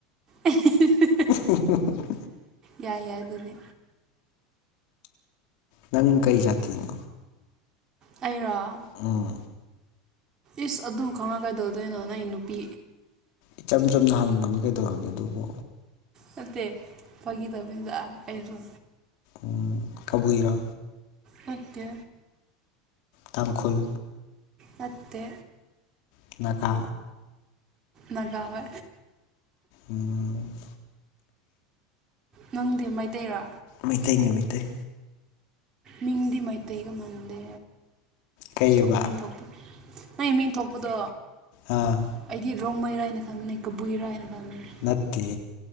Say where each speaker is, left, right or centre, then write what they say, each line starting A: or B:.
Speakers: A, on the right (about 30°); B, on the left (about 65°).
A: ꯑꯦ ꯍ ꯍ ꯍ
B: ꯎ
A: ꯌꯥꯏ ꯌꯥꯏ ꯑꯗꯨꯗꯤ
B: ꯅꯪ ꯀꯩ ꯖꯥꯇꯤꯅꯣ
A: ꯑꯩꯔꯣ
B: ꯎꯝ
A: ꯏꯁ ꯑꯗꯨꯝ ꯈꯪꯉ ꯀꯥꯏꯗꯧꯗꯣꯏꯅꯣ ꯅꯪꯒꯤ ꯅꯨꯄꯤ
B: ꯏꯆꯝ ꯆꯝꯅ ꯍꯪꯕꯅꯤ ꯀꯩꯗꯧꯔꯒꯦ ꯑꯗꯨꯕꯨ
A: ꯅꯠꯇꯦ ꯐꯒꯤ ꯇꯧꯕꯅꯤꯗ ꯑꯩꯁꯨ
B: ꯎꯝ ꯀꯕꯨꯏꯔꯣ
A: ꯅꯠꯇꯦ
B: ꯇꯥꯡꯈꯨꯜ
A: ꯅꯠꯇꯦ
B: ꯑꯗꯨꯒꯅꯥꯒ
A: ꯃꯉꯥꯎꯋꯦ
B: ꯎꯝ
A: ꯅꯪꯗꯤ ꯃꯩꯇꯩꯔꯣ
B: ꯃꯩꯇꯩꯅꯤ ꯃꯩꯇꯩ
A: ꯃꯤꯡꯗꯤ ꯃꯩꯇꯩꯒ ꯃꯟꯗꯦ
B: ꯀꯩꯕ
A: ꯊꯣꯛ ꯃꯤꯡꯊꯣꯛ ꯅꯪ ꯃꯤꯡ ꯊꯣꯛꯄꯗꯣ
B: ꯑꯥ
A: ꯑꯩꯗꯤ ꯔꯣꯡꯃꯩ ꯔꯥꯏꯅ ꯈꯟꯕꯅꯦ ꯀꯕꯨꯏꯔꯥꯏꯅ ꯈꯪꯟꯕꯅꯦ
B: ꯅꯠꯇꯦ